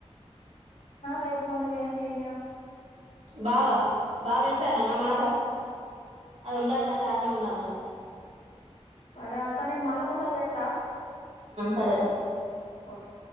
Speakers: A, on the left; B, on the right.
A: రైతుబంధు కనే దేనికి
B: బావా బావే అన్న మాట అది ఉండాలన్నట ఆనే ఉండాలన్నట
A: సరే అక్క నేన్ మళ్ళ ఇంకోసారి చేస్తా
B: సరేరా
A: ఓకే